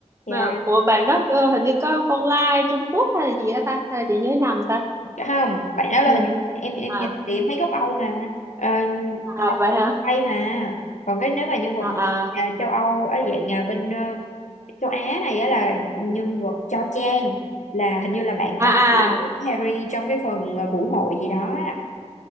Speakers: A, on the left; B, on the right.
A: dạ
B: Mà của bạn đó ờ, hình như có con lai Trung Quốc hay là gì hả ta? Hay là chị nhớ nhầm ta?
A: Dạ không bạn đó là
B: Nhìn,
A: hình em em
B: à,
A: nhìn thì em thấy gốc Âu mà Ờ,
B: à
A: Âu
B: vậy hả?
A: Tây mà còn cái nếu mà nhân vật
B: À,
A: mà,
B: à,
A: à, châu Âu ở dạng à, bên ờ, châu Á này á là nhân vật Cho Chang là hình như là bạn
B: à,
A: cặp của
B: à.
A: Harry trong cái phần ờ, vũ hội gì đó á.